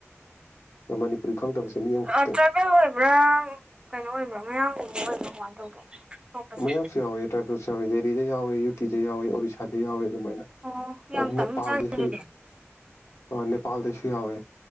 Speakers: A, on the left (about 70°); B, on the right (about 20°).
A: ꯃꯅꯤꯄꯨꯔꯤ ꯈꯪꯗꯕꯁꯦ ꯃꯤ ꯑꯃꯈꯛꯇ
B: ꯑꯗꯨ ꯇ꯭ꯔꯥꯏꯕꯦꯜ ꯑꯣꯏꯕ꯭ꯔꯥ ꯀꯩꯅꯣ ꯑꯣꯏꯕ꯭ꯔꯥ ꯃꯌꯥꯝꯒꯨꯝꯕ ꯑꯣꯏꯕ꯭ꯔꯥ ꯀꯃꯥꯏꯅ ꯇꯧꯒꯦ ꯊꯣꯛꯄꯁꯦ
A: ꯃꯌꯥꯝꯁꯨ ꯌꯥꯎꯋꯦ ꯇ꯭ꯔꯥꯏꯐꯁꯨꯎꯋ ꯗꯦꯔꯤꯗ ꯌꯥꯎꯦ ꯀꯆꯦ ꯌꯥꯎꯋ ꯑꯣꯔꯔꯤꯁꯥꯗꯤ ꯌꯥꯎꯦ ꯑꯗꯨꯃꯥꯏꯅ
B: ꯑꯣ ꯌꯥꯝ ꯇꯞꯅ
A: ꯅꯦꯄꯥꯜꯗꯩꯁꯨ
B: ꯆꯪꯉꯦ ꯑꯗꯨꯗꯤ
A: ꯅꯦꯄꯥꯜꯗꯁꯨ ꯌꯥꯎꯋꯦ